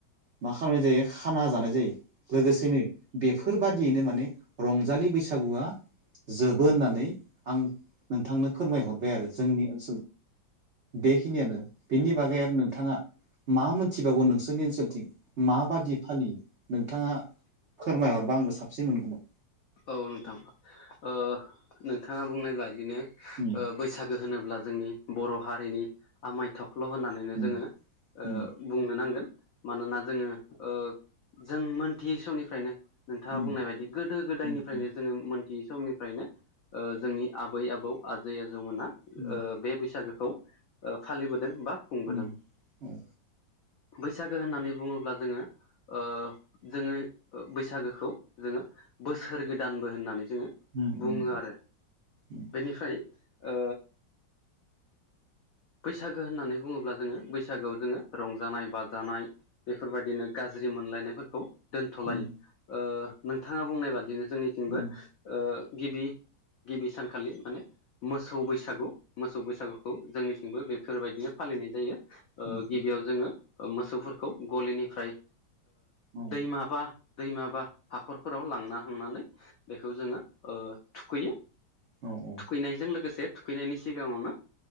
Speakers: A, on the right; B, on the left.
A: मा खालामनाय जायो खाना जानाय जायो लोगोसेनो बे बेफोरबादियैनो माने रंजालि बैसागुआ जोबो होननानै आं नोंथांनो फोरमायहरबाय आरो जोंनि ओनसोल बेखिनियानो बेनि बागै आरो नोंथाङा मा मोनथिबावगौ नोंसोरनि ओनसोलथिं माबादि फालियो नोंथाङा। फोरमायहरबा आंबो साबसिन मोनगौमोन।
B: औ नोंथां ओ नोंथाङा बुंनाय बादिनो।
A: उम
B: बैसागु होनोब्ला जोंनि बर' हारिनिनो आमाय थख्ल' होननानैनो
A: उम
B: जोंङो ओ
A: उम
B: बुंनो नांगोन मानोना जोंङो ओ जों मोनथियै समनिफ्रायनो। नोंथाङा
A: उम
B: बुंनाय बायदि गोदो गोदायनिफ्राय
A: उम
B: जोङो मोनथियै समनिफ्रायनो जोंनि आबै आबौ आजै आजौमोना।
A: उम
B: बे बैसागुखौ फालिबोदों बा खुंबोदों।
A: उम औ उम
B: बैसागु होननानै बुङोब्ला जोङो। ओ जोङो बैसागुखौ जोङो बोसोर गोदानबो होननानै जोङो
A: उम
B: बुङो
A: उम
B: आरो।
A: उम
B: बेनिफ्राय ओ बैसागु होननानै बुङोब्ला जोङो बैसागुआव जोङो रंजानाय बाजानाय बेफोरबायदिनो गाज्रि मोनलायनायफोरखौ दोनथ'लायो
A: उम
B: ओ नोंथाङा बुंनाय बादिनो जोंनिथिंबो
A: उम
B: ओ गिबि गिबि सानखालि माने मोसौ बैसागु मोसौ बैसागुखौ जोंनिथिंबो बेफोरबायदिनो फालिनाय जायो। ओ
A: उम
B: गिबियाव
A: उम
B: जोङो मोसौफोरखौ गलिनिफ्राय
A: औ
B: दैमाबा दैमाबा हाखर फोराव लांना थांनानै बेखौ जोङो थुखैयो।
A: औ औ।
B: थुखैनायजों लोगोसे थुखैनायनि सिगाङावनो